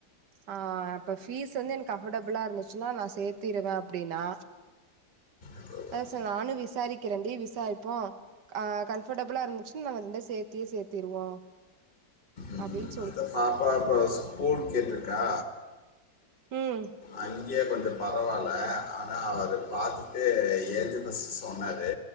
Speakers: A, on the right; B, on the left.
A: ஆ அப்ப ஃபீஸ் வந்து எனக்கு அஃபடபுளா இருந்துச்சுன்னா நா சேத்திருவ அப்டின்னா
B: அவ்வளோதான்
A: அத சார் நானு விசாரிக்கிறண்டி விசாரிப்போ அ கன்ஃபர்டபுளா இருந்துச்சுன் நாங்க ரெண்ட சேத்தியே சேத்திருவோ
B: ம்,
A: அப்டின்
B: பாப்பா இப்ப ஸ்கூல் கேட்ருக்கா
A: ம்
B: அங்கயே கொஞ்சொ பரவால்ல ஆனா அவரு பாத்துட்டு ஏட்ஜனஸு சொன்னாரு